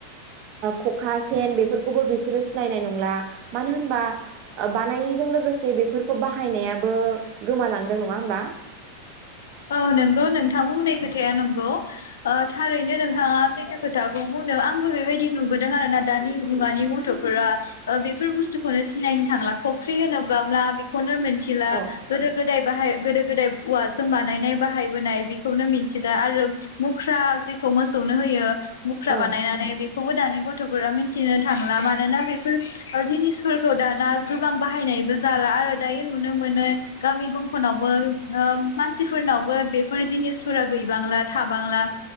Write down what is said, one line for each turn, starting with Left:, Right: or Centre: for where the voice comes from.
Right: खखा सेन बेफोरखौबो बिसोरो सिनायनाय नंला मानो होनबा बानायैजों लोगोसे बेफोरखौ बाहायनायाबो गोमालांदों नङा होमबा
Left: औ नंगौ नोंथां बुंनाय खोथाया नंगौ ओ थारैनो नोंथाङा सैथो खोथाखौ बुंदों आंबो बेबायदि नुबोदों आरोना दानि मुगानि गथफोरा ओ बेफोर बुस्थुखौनो सिनायनो थांला फख्रि होनोब्लाब्ला बेखौनो थिला‌
Right: औ
Left: गोदो गो दाय बाहाय गोदो गोदाय उवाज जों बानायनाय बाहायबोनाय बेखौनो मिथिला आरो मुख्रा जेखौ मोसौनो होयो मुख्रा
Right: औ
Left: बानायनानै बे खौबो दानि गथफोरा मिथिनो थांला मानोना बेफोर जिनिसफोरखौ दाना गोबां बाहायनायबो जाला आरो दायो नुनो मोनो गामि गंफोनावबो ओ मानसिफोरनावबो बेफोर जिनिसफोरा गैबांला थाबांला